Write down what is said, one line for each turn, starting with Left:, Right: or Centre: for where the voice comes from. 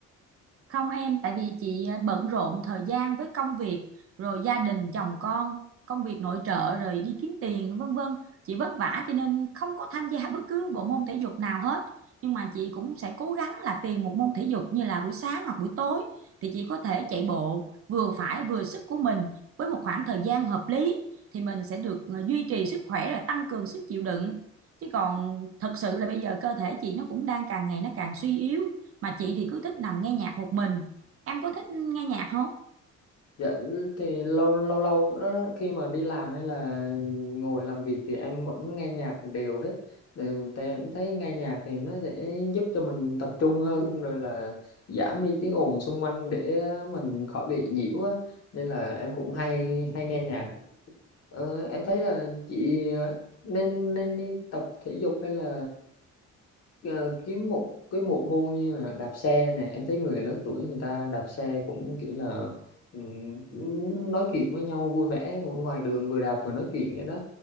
Right: Không em, tại vì chị à, bận rộn thời gian với công việc, rồi gia đình, chồng con, công việc nội trợ, rồi đi kiếm tiền, vân vân. Chị vất vả cho nên không có tham gia <laughs> bất cứ bộ môn thể dục nào hết. Nhưng mà chị cũng sẽ cố gắng là tìm một môn thể dục như là buổi sáng hoặc buổi tối thì chị có thể chạy bộ vừa phải vừa sức của mình với một khoảng thời gian hợp lý thì mình sẽ được à, duy trì sức khỏe rồi tăng cường sức chịu đựng. Chứ còn thật sự là bây giờ cơ thể chị nó cũng đang càng ngày nó càng suy yếu mà chị thì cứ thích nằm nghe nhạc một mình. Em có thích nghe nhạc không?
Left: dạ thì lâu lâu lâu đó, khi mà đi làm hay là ngồi làm việc thì em vẫn nghe nhạc đều hết Ừ, tại em thấy nghe nhạc thì nó sẽ giúp cho mình tập trung hơn rồi là giảm đi tiếng ồn xung quanh để mình khỏi bị nhiễu á nên là em cũng hay hay nghe nhạc Ờ, em thấy là chị ờ, nên nên đi tập thể dục hay là ờ, kiếm một cái bộ môn như là đạp xe nè em thấy người lớn tuổi người ta đạp xe cũng kiểu là ừm, cũng nói chuyện với nhau vui vẻ ngoài đường vừa đạp vừa nói chuyện vậy đó